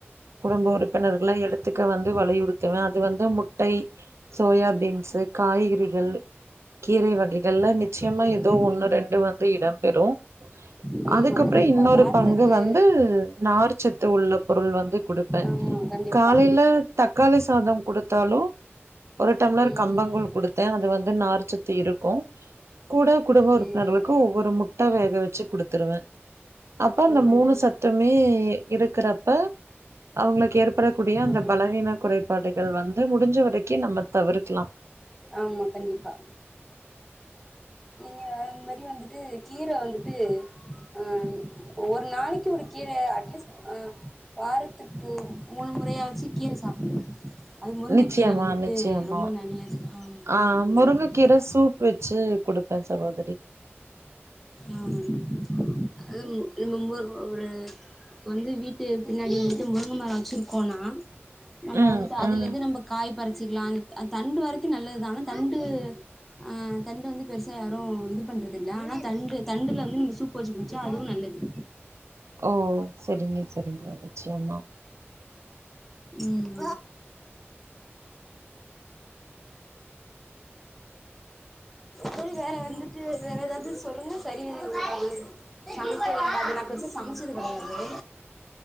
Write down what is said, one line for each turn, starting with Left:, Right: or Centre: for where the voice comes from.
Right: குடும்ப உறுப்பினர்கள எடுத்துக்க வந்து வலியுறுத்துவே அது வந்து முட்டை, சோயா பீன்ஸு காய்கறிகள் கீரை வகைகள்ல நிச்சயமா
Centre: ம்
Right: எதோ ஒன்னு ரெண்டு வந் து இடம்பெரு
Centre: ம்
Right: அதுக்கப்புறோ
Centre: ம் கண்டிப்பா
Right: இன்னொரு
Centre: ஆமா ம் ஆமா ம் ஆமா கண்டிப்பா வாரத்துக்கு
Right: பங்கு வந்து நார் சத்து உள்ள பொருள் வந்து குடுப்பே
Centre: ஆமா கண்டிப்பா
Right: காலைல தக்காளி சாதோ குடுத்தாலு ஒரு டம்ளர்
Centre: ம்
Right: கம்பங்கூழ் குடுத்தே அது வந்து நார்ச்சத்து இருக்கு. கூட குடும்ப உறுப்பினர்களுக்கு
Centre: ம் ம்
Right: ஒவ்வொரு முட்ட வேக வெச்சு குடுத்துருவே. அப்ப அந்த
Centre: ஆம்,
Right: மூணு சத்துமே இருக்கறப்ப அவுங்களுக்கு ஏற்படக்கூடிய அந்த
Centre: ஆமா.
Right: பலவீன குறைபாடுகள் வந்து முடிஞ்ச வரைக்கி நம்ம தவிர்க்லா.
Centre: ஆமா கண்டிப்பா. நீங்க இந்மாரி வந்துட்டு கீர வந்துட்டு அ ஒரு நாளைக் க்கு ஒருக் கீரே அட்லீஸ் அ வாரத்துக்கு மூணு முறையாச்சி கீர சாப்புடுங்க. அது முருங்கக்
Right: நிச்சயமா
Centre: கீர வந்துட்டு
Right: நிச்சயமா
Centre: ரொம்ப நல்லது. ஆமா.
Right: ஆ
Centre: ம்.
Right: முருங்கக் கீர சூப் வெச்சு குடுப்பே சகோதரி.
Centre: ம் அதும் இதுமும் முர் ஒரு வந்து வீட்டு பின்னாடி வந்துட்டு முருங்க மரோ வெச்சிருக்கோனா நம்ப
Right: ம்
Centre: வந்துட்டு அதுலந்து
Right: ம்
Centre: நம்ப காய் பறிச்சிக்லா த் அ தண்டு வரைக்கு நல்லதுதா ஆனா தண்டு ஆ தண்டு வந்து பெருசா யாரு இது பண்றதில்ல ஆனா தண்டு தண்டுல வந்து நம்ம சூப்பு வெச்சு குடிச்சா அதுவு நல்லது.
Right: ஓ செரிங்க செரிங்க நிச்சயம்மா.
Centre: ம். சரி வேற வந்துட்டு வேற ஏதாவது சொல்லுங்க சரி <unintelligible> சமைக்கது <inaudible> சமைச்சிது கெடையாது.